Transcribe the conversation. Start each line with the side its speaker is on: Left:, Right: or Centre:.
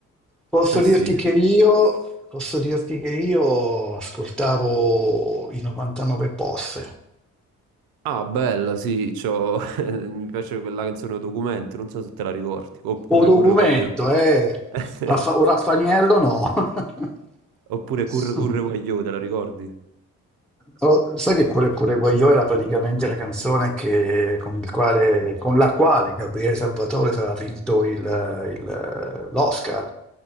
Centre: Posso
Right: Eh sì.
Centre: dirti che io, posso dirti che io ascoltavo i 99 Posse.
Right: Ah, bella, sì, c'ho... <laughs> mi piace quella canzone Documento, non so se te la ricordi. Oppure
Centre: O documento,
Right: Curre Guagliò.
Centre: eh.
Right: <laughs>
Centre: Raffa- o Raffaniello no. <laughs>
Right: Oppure Curre Curre Guagliò, te la ricordi?
Centre: Oh, sai che Cuore Cuore Guagliò era praticamente la canzone che- con, il quale- con la quale Gabriele Salvatore aveva vinto il- il- l'Oscar